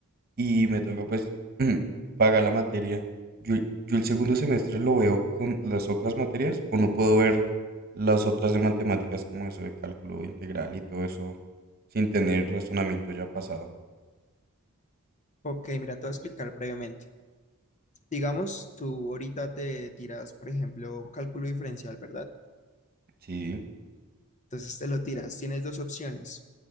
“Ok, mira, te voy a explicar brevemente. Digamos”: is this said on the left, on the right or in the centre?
Left